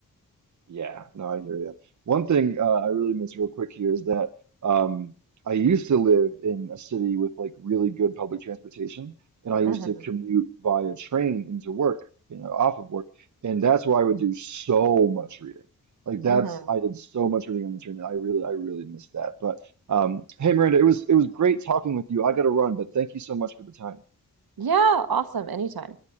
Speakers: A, on the right; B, on the right.
A: Yeah, no, I hear you. One thing uh, I really miss real quick here is that um, I used to live in a city with like really good public transportation, and I used
B: hmm
A: to commute via train into work, you know, off of work, and that's where I would do so much reading. Like that's
B: hmm
A: I did so much reading on the train. that I really, I really miss that. But um, hey, Miranda, it was it was great talking with you. I got to run, but thank you so much for the time.
B: Yeah, awesome. Anytime.